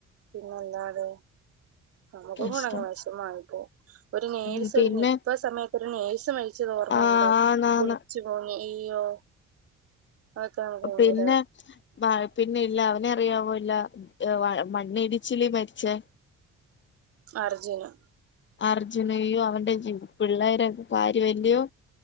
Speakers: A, on the right; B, on the left.
A: പിന്നെല്ലാതെ നമുക്ക്
B: കഷ്ടം
A: <unintelligible> വെഷമായി പോവും. ഒരു നേഴ്സ്
B: ഉം പിന്നെ
A: ഒരു നിപ്പ സമയത്ത് ഒരു നേഴ്സ് മരിച്ചത് ഓർമ്മയുണ്ടോ?
B: ആഹ് ആന്നാന്ന്
A: <unintelligible> ഏ അയ്യോ. അതൊക്കെ നമുക്ക് ഭയങ്കര
B: പിന്നെ? വ പിന്നെ ഇല്ല അവനെ അറിയാവോ ല്ല വ മണ്ണിടിച്ചില്ലിൽ മരിച്ചേ
A: അർജുന.
B: അർജുനയോ അവന്റെ ജിം പിള്ളേരൊക്കെ കാര്യവല്യോ.